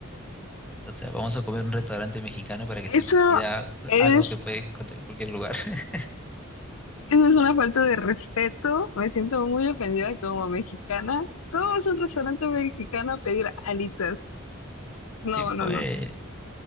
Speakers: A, in the centre; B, on the left (about 80°).
A: O sea, vamos a comer en un restaurante mexicano para que se
B: Eso
A: te pida
B: es,
A: algo que puede encontrar en cualquier lugar. <laughs>
B: eso es una falta de respeto, me siento muy ofendida como mexicana. ¿Cómo vas a un restaurante mexicano a pedir alitas? No,
A: Sí, fue
B: no, no.